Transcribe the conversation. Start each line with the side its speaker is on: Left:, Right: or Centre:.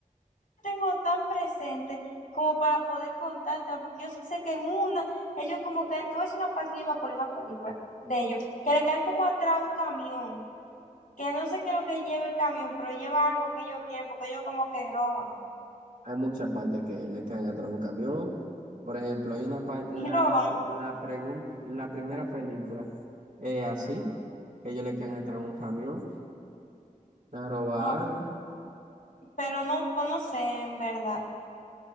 Left: tengo tan presente como para poder contártela, porque yo sí sé que en una, ellos como que, tú ves una parte, yo me acuerdo de una película de ellos, que le caen como atrás a un camión. que no sé qué es lo que lleva el camión, pero lleva algo que ellos quieren, porque ellos como que roban.
Right: Hay muchas partes que le caen atrás a un camión. Por ejemplo, hay una parte, la,
Left: Y roban,
Right: se- la, pregun- la primera película es así, que ellos le caen atrás a un camión a robar
Left: ah,
Right: algo.
Left: pero no, pues no sé, en verdad,